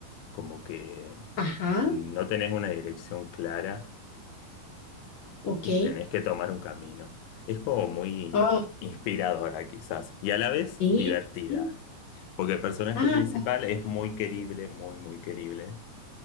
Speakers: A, on the left; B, on the left.
A: como que
B: ajá,
A: no tenés una dirección clara
B: ok.
A: y tenés que tomar un camino. Es como muy
B: Ah,
A: inspiradora quizás y a la vez
B: sí,
A: divertida,
B: sí.
A: porque el personaje
B: Ah,
A: principal es muy querible, muy, muy querible.